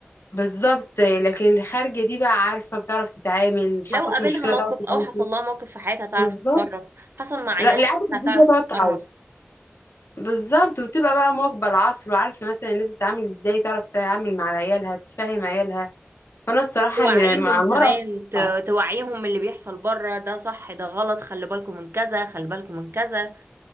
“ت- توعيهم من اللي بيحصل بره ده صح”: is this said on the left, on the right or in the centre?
Right